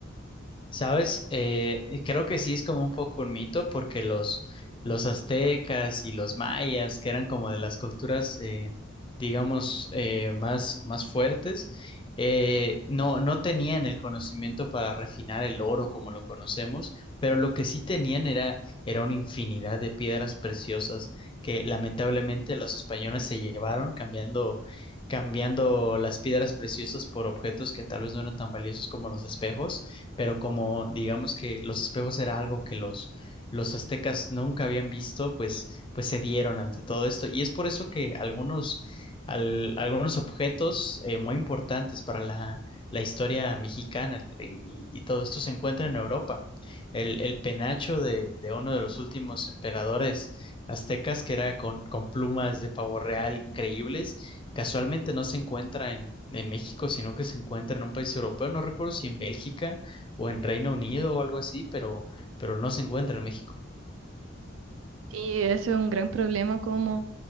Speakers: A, on the left; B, on the right.
A: ¿Sabes? Eh, creo que sí es como un poco un mito porque los, los aztecas y los mayas, que eran como de las culturas, eh, digamos, eh, más, más fuertes, eh, no, no tenían el conocimiento para refinar el oro como lo conocemos, pero lo que sí tenían era, era una infinidad de piedras preciosas que lamentablemente los españoles se llevaron cambiando, cambiando las piedras preciosas por objetos que tal vez no eran tan valiosos como los espejos pero como digamos que los espejos era algo que los, los aztecas nunca habían visto, pues, pues se dieron ante todo esto. Y es por eso que algunos, al- algunos objetos eh, muy importantes para la, la historia mexicana el- y, y todo esto se encuentra en Europa. El, el penacho de, de uno de los últimos emperadores aztecas, que era con, con plumas de pavo real increíbles, casualmente no se encuentra en, en México, sino que se encuentra en un país europeo. No recuerdo si en Bélgica o en Reino Unido o algo así, pero, pero no se encuentra en México.
B: Sí, eso es un gran problema como